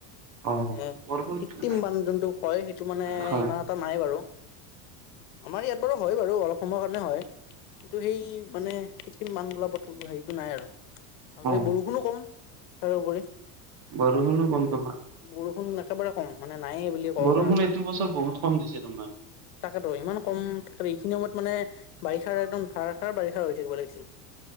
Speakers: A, on the right; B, on the left.
A: অ
B: এই
A: বৰষুণ
B: কৃত্ৰিম বান যোনটো কয়, সেইটো মানে
A: হয়,
B: ইমান এটা নাই বাৰু। আমাৰ ইয়াত বাৰু হয় বাৰু অলপ সময়ৰ কাৰণে হয়। কিন্তু সেই মানে কৃত্ৰিম বান বোলা হেৰিটো নাই আৰু। আৰু
A: অ',
B: সেই বৰষুণো কম তাৰোপৰি।
A: বৰষুণো কম
B: বৰ-বৰষুণ
A: তোমাৰ।
B: একেবাৰে নে নাইয়ে বুলি ক'ব
A: বৰষুণ
B: পাৰা।
A: এইটো বছৰ বহুত কম দিছে তোমাৰ।
B: তাকেতো ইমান কম, <unintelligible> এইখিনি সময়ত মানে বাৰিষাৰ একদম ধাৰাসাৰ বাৰিষা হৈ থাকিব লাগিছিল।